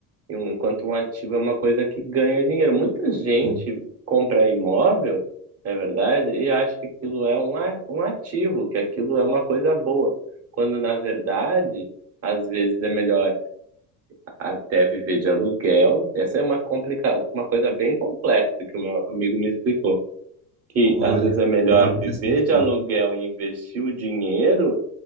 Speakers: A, on the right; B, on the right.
A: E um- Enquanto um ativo é uma coisa que ganha dinheiro. Muita gente
B: <laughs>
A: compra imóvel, não é verdade, e acha que aquilo é um, a- um ativo, que aquilo é uma coisa boa. Quando, na verdade, às vezes é melhor até viver de aluguel. Essa é uma, complica... uma coisa bem complexa que o meu amigo me explicou. Que
B: Olha,
A: às vezes é melhor
B: eu falo para
A: viver
B: pessoas,
A: de aluguel
B: ó,
A: e investir o dinheiro,